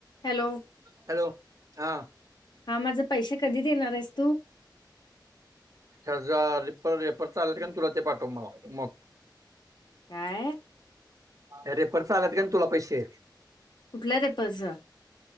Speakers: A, on the left; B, on the right.
A: Hello
B: hello हा
A: हा माझे पैसे कधी देणार आहेस तू
B: हजार रेपर चालेत तुला ते पाठव मला मग
A: काय
B: अरे परच आलात काय तुला पैसे
A: कुठला तेपर् जा